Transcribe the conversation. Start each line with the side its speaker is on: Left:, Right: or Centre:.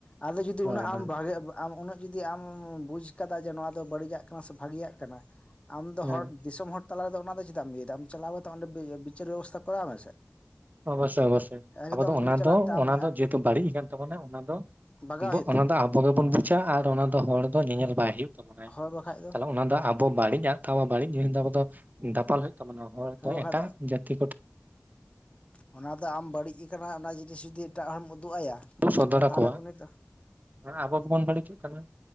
Left: ᱟᱫᱚ ᱡᱩᱫᱤ
Right: ᱦᱳᱭ
Left: ᱩᱱᱟᱹᱜ ᱟᱢ
Right: ᱦᱳᱭ
Left: ᱵᱷᱟᱜᱮ ᱟᱢ ᱩᱱᱟᱹᱜ ᱡᱩᱫᱤ ᱟᱢ ᱵᱩᱡᱽ ᱠᱟᱫᱟ ᱡᱮ ᱱᱚᱣᱟ ᱫᱚ ᱵᱟᱹᱲᱤᱡᱟᱜ ᱠᱟᱱᱟ ᱥᱮ ᱵᱷᱟᱜᱤᱭᱟᱜ ᱠᱟᱱᱟ ᱟᱢ ᱫᱚ
Right: ᱦᱮᱸ
Left: ᱦᱚᱲ ᱫᱤᱥᱚᱢ ᱦᱚᱲ ᱛᱟᱞᱟᱨᱮᱫᱚ ᱚᱱᱟ ᱫᱚ ᱪᱮᱫᱟᱜ ᱮᱢ ᱞᱟ. ᱭᱫᱟ ᱟᱢ ᱪᱟᱞᱟᱣ ᱠᱟᱛᱮ ᱚᱸᱰᱮ ᱵᱤᱪᱟᱹᱨ ᱵᱮᱵᱚᱥᱛᱷᱟ ᱠᱚᱨᱟᱣᱟ ᱢᱮᱥᱮ
Right: ᱚᱵᱚᱥ ᱥᱳᱭ ᱚᱵᱚᱥ ᱥᱳᱭ
Left: ᱮᱠᱫᱚᱢ
Right: ᱟᱵᱚ ᱫᱚ ᱚᱱᱟ
Left: ᱚᱸᱰᱮ ᱪᱟᱞᱟᱜ
Right: ᱫᱚ
Left: ᱛᱮ ᱟᱢ
Right: ᱚᱱᱟ ᱫᱚ ᱡᱮᱦᱮᱛᱩ ᱵᱟᱹᱲᱤᱡ ᱟᱠᱟᱱ ᱛᱟᱵᱚᱱᱟ ᱚᱱᱟ ᱫᱚ
Left: ᱵᱟᱜᱟᱣ ᱦᱩᱭᱩᱜ
Right: ᱚᱱᱟ
Left: ᱛᱟᱵᱚᱱᱟ
Right: ᱫᱚ ᱟᱵᱚ ᱜᱮᱵᱚᱱ ᱵᱩᱡᱟ ᱟᱨ ᱚᱱᱟ ᱫᱚ ᱦᱚᱲ ᱫᱚ ᱧᱮᱧᱮᱞ ᱵᱟᱭ ᱦᱩᱭᱩᱜ
Left: ᱦᱳᱭ ᱵᱟᱠᱷᱟᱡ
Right: ᱠᱟᱱᱟ ᱚᱱᱟ ᱫᱚ ᱟᱵᱚ ᱵᱟᱹᱲᱤᱡ ᱟᱜ ᱛᱟᱵᱚ ᱵᱟᱹᱲᱤᱡ ᱟᱵᱚ ᱫᱚ ᱫᱟᱯᱟᱞ ᱦᱩᱭᱩᱜ ᱛᱟᱵᱚᱱᱟ ᱦᱚᱲ
Left: ᱦᱳᱭ
Right: ᱫᱚ
Left: ᱵᱟᱠᱷᱟᱡ
Right: ᱮᱴᱟᱜ ᱡᱟᱹᱛᱤ ᱠᱚᱴᱷ
Left: ᱚᱱᱟ ᱫᱚ ᱟᱢ ᱵᱟᱹᱲᱤᱡ ᱟᱠᱟᱱᱟ ᱚᱱᱟ ᱡᱤᱱᱤᱥ ᱡᱩᱫᱤ ᱮᱴᱟᱜ ᱦᱚᱲᱮᱢ ᱩᱫᱩᱜ ᱟᱭᱟ
Right: ᱥᱚᱫᱚᱨᱟᱠᱚ
Left: ᱛᱟᱦᱚᱞᱮ ᱩᱱᱤ ᱫᱚ
Right: ᱟᱵᱚ ᱜᱮᱵᱚᱱ ᱵᱟᱹᱲᱤᱡᱚᱜ ᱠᱟᱱᱟ